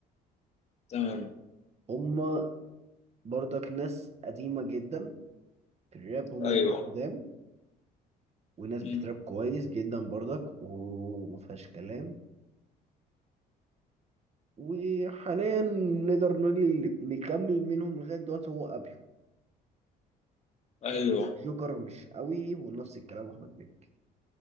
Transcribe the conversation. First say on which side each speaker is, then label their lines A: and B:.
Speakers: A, on the left; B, on the right.
A: تمام
B: هما برضك ناس قديمة جدا في الراب هما
A: ايوه
B: ناس قدام وناس
A: مم.
B: بتراب كويس جدا برضك ومفيهاش كلام وحاليا نقدر نقول اللي مكمل منهم لغاية دلوقتي هو أبيو
A: ايوه
B: جوكر مش قوي ونفس الكلام أحمد مكي